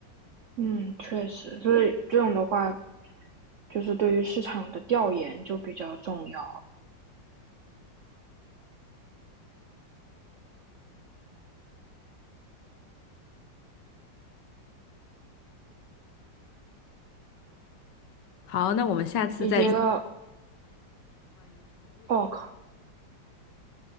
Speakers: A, on the right; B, on the left.
A: 嗯，确实，所以这种的话，就是对于市场的调研就比较重要。
B: 好，那我们下次再
A: 你觉得，哦靠，